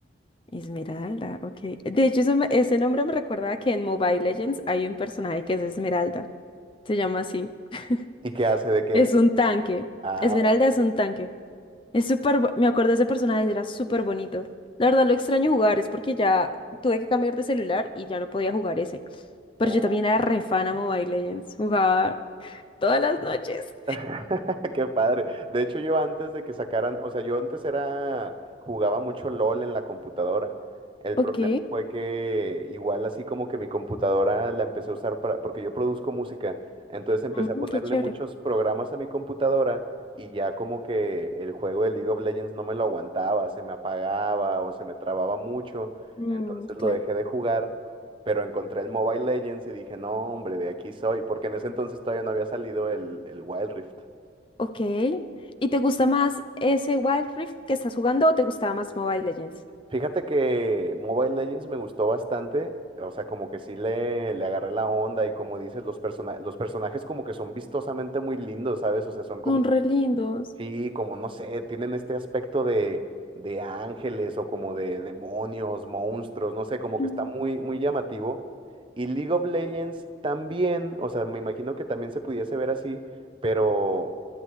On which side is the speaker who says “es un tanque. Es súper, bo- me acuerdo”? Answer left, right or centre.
Left